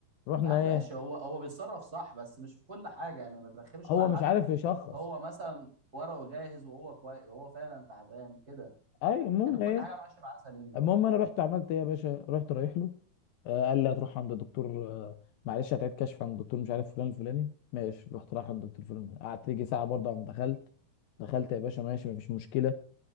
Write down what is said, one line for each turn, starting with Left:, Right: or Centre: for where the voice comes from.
Left: رحنا
Right: يا عم ماشي
Left: ايه
Right: هو هو بيتصرف صح بس مش في كل حاجة يعني ما ترخمش
Left: هو
Right: مع
Left: مش
Right: حد
Left: عارف يشخص
Right: هو مثلا ورقه جاهز وهو كويس وهو فعلا تعبان كده
Left: اي المهم
Right: يعني كل
Left: ايه
Right: حاجة ماشية معاه سليمة
Left: المهم انا رحت عملت ايه يا باشا رحت رايح له آه قال لي هتروح عند الدكتور آه معلش هتعيد كشف عند الدكتور مش عارف فلان الفلاني ماشي رحت رايح عند الدكتور فلان الفلاني. قعدت يجي ساعه برضه عم دخلت دخلت يا باشا ماشي مفيش مشكله